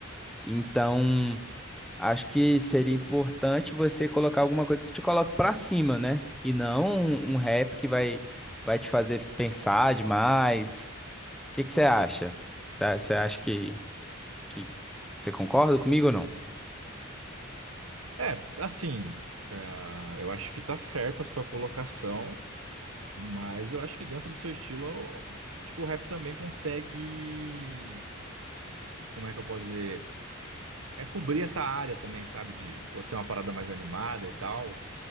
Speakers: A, in the centre; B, on the right.
A: Então, acho que seria importante você colocar alguma coisa que te coloque para cima, né? E não um, um rap que vai, vai te fazer pensar demais. O que que você acha? Você você acha que. Que... Você concorda comigo ou não?
B: É, assim, é, eu acho que tá certo a sua colocação, mas eu acho que dentro do seu estilo, tipo, o rap também consegue, como é que eu posso dizer? É cobrir essa área também, sabe? De, pô, ser uma parada mais animada e tal.